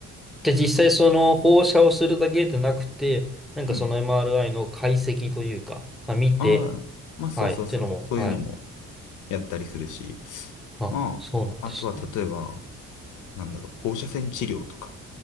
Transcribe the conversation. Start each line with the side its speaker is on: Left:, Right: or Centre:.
Centre: で、実際その放射をするだけでなくて、なんかその
Left: うん。
Centre: MRI の解析というか、まあ、見て、
Left: ああ、まあそうそうそう、
Centre: はい、っていうのも、
Left: そういうのも
Centre: はい。
Left: やったりするし、
Centre: あ、
Left: まあ、
Centre: そうなんですね。
Left: あとは例えば、なんだろう、放射線治療とか。